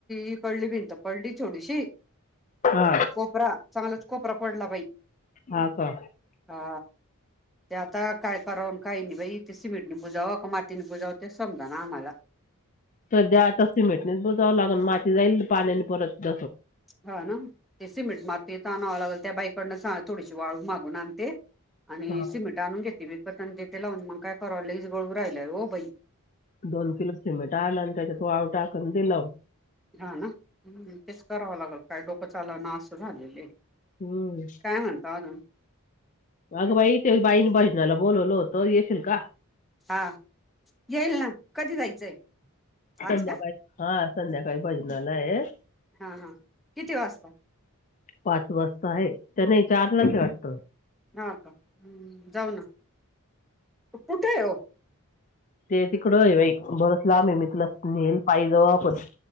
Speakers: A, in the centre; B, on the left.
A: इकडली भिंत पडली थोडीशी.
B: हा
A: कोपरा चांगलाच कोपरा पडला बाई.
B: हा का
A: हा ते आता काय कर. काही नाही बाई इथे सिमेंटने बुजावं मातीने बुजावं ते समजा ना आम्हाला.
B: सध्या आता सिमेंटणे बुजावं लागल माती जाईल पाण्याने परत
A: हा ना ते सिमेंट माती त आणावं लागेल त्या बाईकडनं थोडीशी वाळू मागून आणते. आणि
B: हा.
A: सिमेट आणून घेते मी करत तेथे लावून मग काय कराव लईज गळू राहिलाय हो बई.
B: दोन किलो सिमेट आला आणि त्याच्यात वाळ टाकून ते लाव.
A: हा ना तेच करावं लागेल काय डोकं चाल ना अस झालेले.
B: हम्म
A: काय म्हणता अजून?
B: अगं बाई ते बाई बजनाला बोलवल तर येशील का?
A: हा येईल ना कधी जायचंय.
B: संध्याकाळी
A: आज का
B: हा संध्याकाळी भजना ये.
A: हा हा किती वाजता?
B: पाच वाजता आहे त्या नाही चार ला ते वाटत.
A: हा का हम् जाऊ ना. कुठे हो?
B: ते तिकड आहे बा बरच लांब आहे मी तुला नेईल पायीजवळ आपण